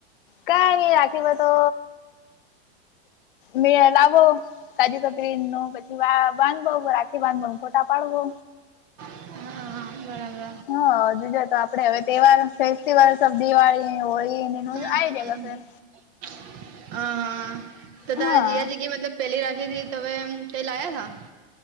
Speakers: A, on the left; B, on the right.
A: કઈ નઈ રાખીમાં તો મે લવો કાજુ કપરી ન પ વા બાંધવો રાખી બાંધવ ખોટા પાડવો
B: હા હા બરાબર
A: હા હુ જ તો આપડે હવે તહેવાર ફેસ્ટિવલ સ દિવાળી હોળી એ
B: હમ
A: આ જાયેર
B: <inaudible> હ હા તો
A: હા
B: તારા જીયા જગી મતલબ પેલી રાખીથી તમે કઈ લાયા તા